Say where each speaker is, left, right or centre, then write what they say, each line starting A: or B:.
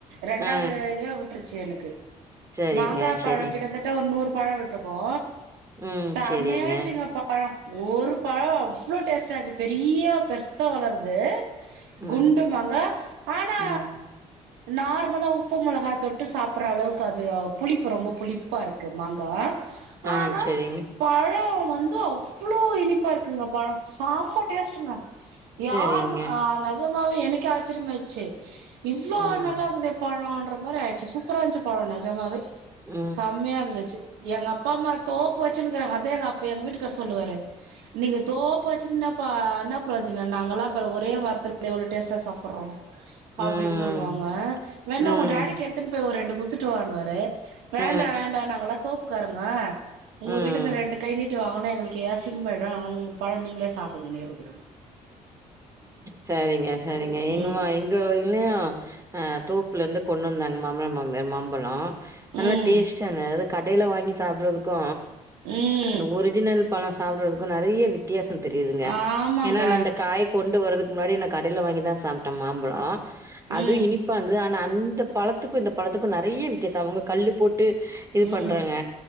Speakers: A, on the right; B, on the right.
A: ரெண்டாவது
B: ஆ
A: இதுவே விட்டுருச்சு எனக்கு
B: சரிங்க
A: மாங்கா
B: சரி
A: பழோ கிட்டத்தட்ட ஒரு நூறு பழோ விட்டுருக்கு
B: ம்
A: செம்மையாச்சுங்க
B: சரிங்க
A: பழோ ஒரு பழோ அவ்ளோ டேஸ்ட்டா இருந்துச்சு பெரிய பெருசா வளர்து
B: ம்
A: குண்டுமாங்கா ஆனா
B: ம்
A: நார்மலா உப்பு மொளகா தொட்டு சாப்டுற அளவுக்கு அது புளிப்பு ரொம்ப புளிப்பா இருக்கு மாங்கா
B: ஆ
A: ஆனா
B: சரிங்க
A: பழோ வந்து அவ்ளோ இனிப்பா இருக்குங்க பழோ சம்ம டேஸ்ட்டுங்க யார்
B: சரிங்க
A: ம் அ நெஜமாவே எனக்கே ஆச்சரியமாயிச்சு இவ்ளோ
B: ம்
A: நல்லாக்குதே பழோன்ற மாரி ஆயிடுச்சு சூப்பராருந்துச்சு பழோ நெஜமாவே
B: ம்
A: செம்மையா இருந்துச்சு எங்க அப்பா அம்மா தோப் பூ வச்சிருந்தே அதேதா அப்ப எங்க வீட்டுக்கார் சொல்லுவாரு நீங்க தோப்பு வச்சிர்தாபா என்ன பிரோஜனோ நாங்கல்லா பாரு ஒரே மரத்துல எவ்ளோ டேஸ்ட்டா சாப்பிட்றோ அப்டின்னு
B: ம்,
A: சொல்லுவாங்க வேணா
B: ம்,
A: உங்க டேடிக்கு எடுத்துன்னு போய் ஒரு ரெண்டு குடுத்துட்டு வானுவாரு வேண்டா
B: அ,
A: வேண்டா நாங்கெல்லா தோப்புக்காரங்க உங்க
B: ம்.
A: கிட்ட இந்த ரெண்டு கை நீட்டி வாங்கனா எங்களுக்கு அசீங்கமாயிடு உங்க பழம் நீங்களே சாப்பிடுங்கன்னிறது நாங்க <unintelligible>
B: செரிங்க செரிங்க எங்கமா
A: ம்
B: எங்க வீட்லயு அ தோப்புல இருந்து கொண்டு வந்தாங்க மாம்னார் மாமியார் மாம்பழம் நல்லா
A: ம்
B: டேஸ்ட்ட அது கடையில வாங்கி சாப்பறதுக்கு
A: ம்
B: அந்த ஒரிஜினல் பழம் சாப்பிறதுக்கு நெறைய வித்தியாசோ தெரியுதுங்க
A: ஆமாங்க
B: ஏன்னா அந்த காய் காய் கொண்டு வரதுக்கு முன்னாடி நா கடைல வாங்கி தா சாப்பிட்டே மாம்பழம் அது
A: ம்
B: இனிப்பா இருந்தது ஆ அந்த பழத்துக்கு இந்த பழத்துக்கு நெறைய வித்தியாசோ அவுங்க கல்லு போட்டு இது
A: ம்
B: பண்றாங்க